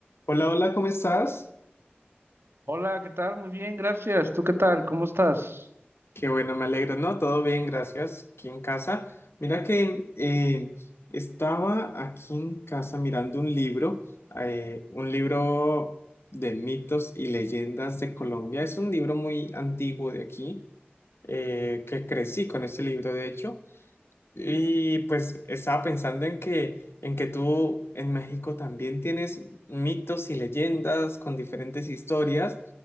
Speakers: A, on the left; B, on the right.
A: Hola, hola, ¿cómo estás?
B: Hola, ¿qué tal? Muy bien, gracias. ¿Tú qué tal? ¿Cómo estás?
A: Qué bueno, me alegro, ¿no? Todo bien, gracias. Aquí en casa. Mira que eh, estaba aquí en casa mirando un libro, eh, un libro de mitos y leyendas de Colombia. Es un libro muy antiguo de aquí, eh, que crecí con este libro, de hecho. Y pues estaba pensando en que, en que tú en México también tienes mitos y leyendas con diferentes historias.